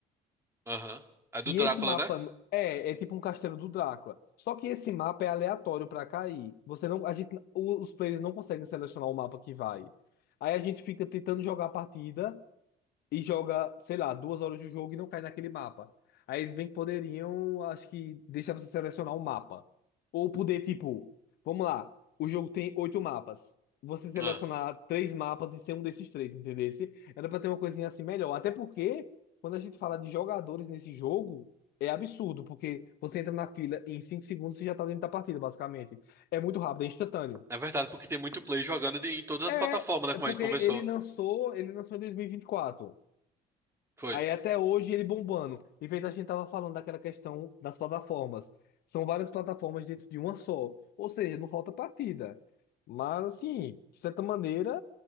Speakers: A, on the right; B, on the left.
A: Aham. É do
B: E
A: Drácula,
B: esse mapa
A: né?
B: no- é, é tipo um castelo do Drácula. Só que esse mapa é aleatório para cair. Você não, a gente, o- os players não conseguem selecionar o mapa que vai. Aí a gente fica tentando jogar a partida e joga, sei lá, duas horas de jogo e não cai naquele mapa. Aí eles bem que poderiam, acho que, deixar você selecionar um mapa. Ou poder, tipo, vamos lá, o jogo tem oito mapas. Você selecionar
A: Ah,
B: três mapas e ser um desses três, entendesse? Era pra ter uma coisinha assim melhor. Até porque, quando a gente fala de jogadores nesse jogo, é absurdo, porque você entra na fila e em cinco segundos você já tá dentro da partida, basicamente. É muito rápido, é instantâneo.
A: é verdade, porque tem muito play jogando de, em todas
B: É,
A: as plataformas, né?
B: é
A: Como
B: porque
A: a gente conversou.
B: ele lançou, ele lançou em dois mil e e vinte e quatro
A: Foi.
B: Aí até hoje ele bombando. E feito a gente tava falando daquela questão das plataformas. São várias plataformas dentro de uma só. Ou seja, não falta partida. Mas assim, de certa maneira,